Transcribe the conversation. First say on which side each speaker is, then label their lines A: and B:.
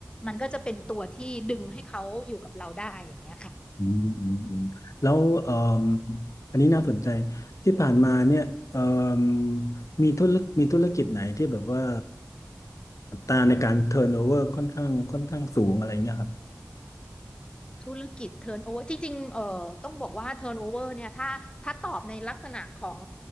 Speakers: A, on the left; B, on the left.
A: มันก็จะเป็นตัวที่ดึงให้เขาอยู่กับเราได้อย่างเงี้ยค่ะ
B: อืมอืมอืมแล้วเอ่มอันนี้น่าสนใจที่ผ่านมาเนี่ยเอ่มมีธุรมีธุรกิจไหนที่แบบว่าอัตราในการเทิร์นโอเวอร์ค่อนข้างค่อนข้างสูงอะไรเงี้ยครับ
A: ธุรกิจ turnover จริงๆเอ่อต้องบอกว่า turnover เนี่ยถ้าถ้าตอบในลักษณะของ